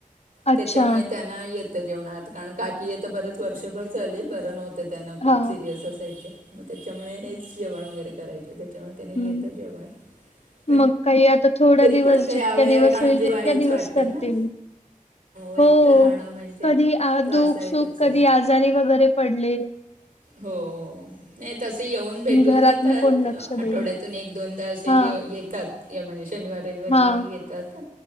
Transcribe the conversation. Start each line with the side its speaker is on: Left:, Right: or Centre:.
Left: अच्छा.
Right: त्याच्यामुळे त्यांना येतं जेवणात कारण काकी येत बरंच वर्षभर झाले, बरं नव्हतं त्यांना खूप
Left: हां.
Right: सिरियस असायचे. मग त्याच्यामुळे हेच जेवण वगैरे करायचे त्याच्यामुळे त्यांना
Left: हं.
Right: येतं जेवण. पण
Left: मग काही आता थोड्या
Right: तरी
Left: दिवस
Right: पण आता
Left: जितक्या
Right: यावेळी
Left: दिवस
Right: म्हणजे
Left: होईल तितक्या
Right: हेच
Left: दिवस
Right: वाटतं
Left: करतील.
Right: ना एकटं
Left: हो
Right: राहणं म्हणजे
Left: कधी आ
Right: त्रासदायकच
Left: दुख सुख कधी
Right: आहे
Left: आजारी वगैरे पडले.
Right: हो नाही तस ते येऊन भेटून
Left: घरात
Right: जातात
Left: मग कोण लक्ष
Right: आठवड्यातून
Left: देईल?
Right: एक, दोनदा अस येऊ
Left: हां.
Right: येतात ये शनिवार, रविवार
Left: हां.
Right: येतात ना